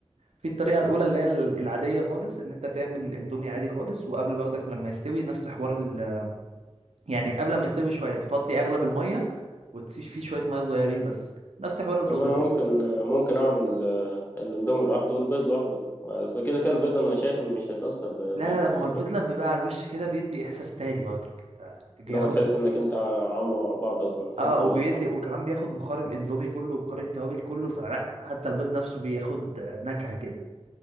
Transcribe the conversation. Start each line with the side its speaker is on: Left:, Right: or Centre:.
Right: في الطريقة الأولى اللي هي العادية خالص إن أنت تعمل الأندومي عادي خالص وقبل برضك لما يستوي نفس حوار ال... <laughs> يعني قبل ما يستوي بشوية تفضي أغلب المية وتسيب فيه شوية مية صغيرين بس نفس حوار الرز
Left: طب ما انا
Right: وت-
Left: <laughs> ممكن ممكن اعمل آه، الاندومي لوحده والبيض لوحده اصل كده كده البيض انا شايف انه مش هيتاثر بميه
Right: لا لا لا
Left: الاندومي
Right: ما هو البيض
Left: يعني
Right: لما بيبقى على الوش كده بيدي إحساس تاني برضك أنت بياخد
Left: لو تحس انك انت عامله مع بعض اصلا تحس
Right: اه وبيدي
Left: الوصفه
Right: وكمان بياخد بخار الأندومي كله وبخار التوابل كله فلا حتى البيض نفسه بياخد آه، نكهة كده